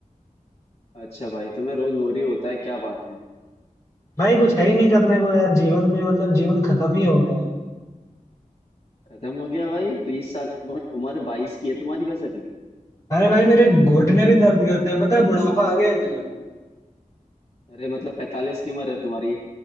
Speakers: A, on the left (about 45°); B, on the left (about 20°).
A: अच्छा भाई तुम्हें रोज बोरी होता है क्या बात है
B: भाई कुछ है ही नहीं करने को यार जीवन में मतलब जीवन खत्म ही हो गया है
A: खत्म हो गया भाई बीस साल उम्र उम्र बाईस की है तुम्हारी बस अभी
B: अरे भाई मेरे घुटने भी दर्द करते हैं पता है बुढ़ापा आ गया है मेरा
A: अरे मतलब पैंतालीस की उम्र है तुम्हारी